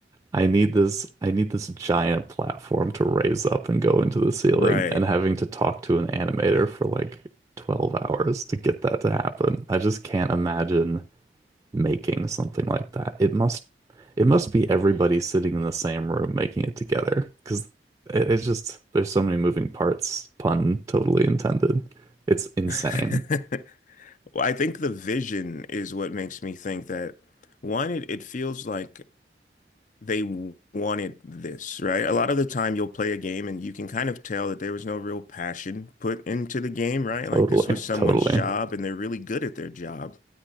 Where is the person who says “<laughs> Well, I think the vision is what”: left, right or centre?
Left